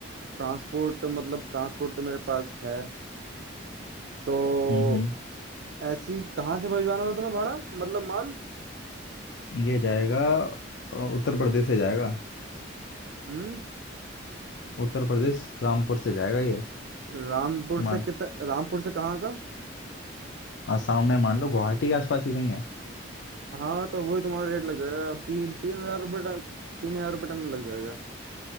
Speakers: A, on the right; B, on the left.
A: ट्रांसपोर्ट मतलब ट्रांसपोर्ट तो मेरे पास है तो
B: हम्म हम्म
A: ऐसी कहाँ से भिजवाना था तुम्हें भाड़ा मतलब माल
B: ये जाएगा अ, उत्तर प्रदेश से जाएगा
A: हम्म
B: उत्तर प्रदेश रामपुर से जाएगा ये
A: रामपुर
B: मान
A: से कितना रामपुर से कहाँ का
B: आसाम में मान लो गुवाहाटी के आसपास ही कहीं है
A: हाँ तो वही तुम्हारा रेट लग जाएगा तीन तीन हजार रुपये टन- तीन हजार रुपये टन लग जाएगा